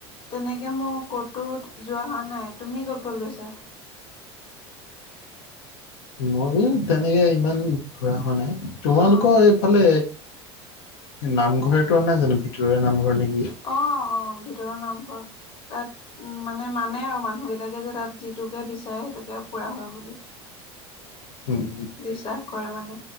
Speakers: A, on the left; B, on the left.
A: তেনেকে মোৰ কতু যোৱা হোৱা নাই তুমি ক'ত ক'ত গৈছা?
B: মোৰো তেনেকে ইমান ঘূৰা হোৱা নাই। তোমালোকৰ
A: অ
B: এইফালে নামঘৰটো নাই জানো ভিতৰুৱা নামঘৰ নেকি?
A: অ অ ভিতৰৰ নামঘৰ তাত। মানে মানে আৰু মানুহবিলাকে যে তাত যিটোকে বিচাৰে সেইটোকে পুৰা হয় বুলি।
B: উম
A: বিশ্বাস কৰে মানে